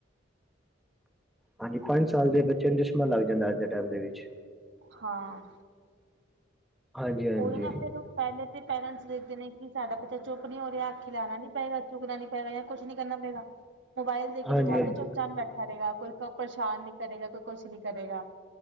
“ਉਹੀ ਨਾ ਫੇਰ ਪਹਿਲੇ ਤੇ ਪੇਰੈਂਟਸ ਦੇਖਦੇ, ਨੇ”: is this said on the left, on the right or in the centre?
Right